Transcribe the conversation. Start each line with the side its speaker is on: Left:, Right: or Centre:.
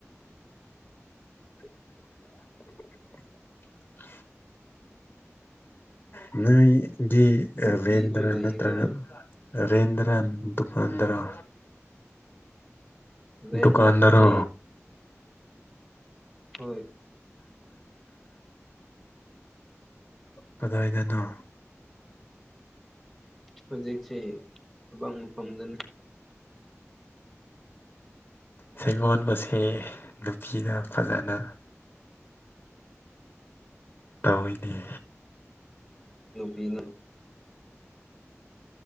Left: <inaudible> <inaudible> ꯅꯨꯏ ꯗꯤ
Centre: ꯅꯨꯄꯤꯁꯨ
Left: ꯑ ꯚꯦꯟꯗꯔꯥ
Centre: ꯂꯩꯀꯣ
Left: ꯅꯠꯇ꯭ꯔꯒ ꯔꯦꯟꯗꯔꯥ ꯗꯨꯀꯥꯟꯗꯔꯣ
Centre: ꯔꯦꯟ
Left: ꯗꯨꯀꯥꯟꯗꯔꯣ
Centre: ꯅꯠꯇꯦ ꯍꯣꯏ
Left: ꯀꯗꯥꯏꯗꯅꯣ
Centre: ꯍꯧꯖꯤꯛꯁꯤ ꯊꯕꯛ ꯃꯐꯝꯗꯅꯦ
Left: ꯁꯩꯉꯣꯟꯕꯁꯦ ꯅꯨꯄꯤꯗ ꯐꯖꯅ ꯇꯧꯏꯅꯦ
Centre: ꯄꯤꯅꯨ